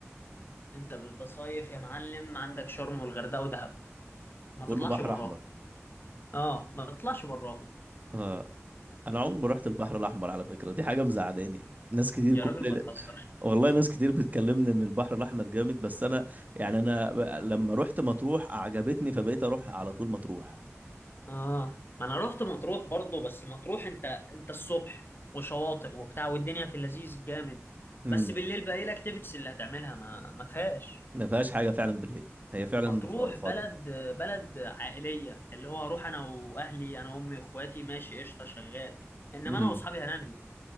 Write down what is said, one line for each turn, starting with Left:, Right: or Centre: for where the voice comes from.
Left: انت بتصيف يا معلم عندك شرم والغردقه ودهب ما
Right: كله
Left: تطلعش
Right: بحر
Left: براهم
Right: احمر
Left: اه ما تطلعش براهم
Right: اه انا عمري ما رحت البحر الاحمر على فكره دي حاجه مزعلاني ناس كتير
Left: يا
Right: كل
Left: راجل ما تهزرش
Right: والله ناس كتير بتكلمني ان البحر الاحمر جامد بس انا يعني انا ب- لما رحت مطروح عجبتني فبقيت اروح على طول مطروح
Left: اه ما انا رحت مطروح برضو بس مطروح انت انت الصبح وشواطئ وبتاع والدنيا في اللذيذ جامد
Right: امم
Left: بس بالليل بقى ايه الاكتيفيتيز اللي هتعملها ما ما فيهاش
Right: ما فيهاش حاجه فعلا بالليل هي فعلا
Left: مطروح
Right: ف- فاضيه
Left: بلد بلد عائلية اللي هو اروح انا واهلي انا وامي واخواتي ماشي قشطة شغال انما
Right: امم
Left: انا واصحابي هنعمل ايه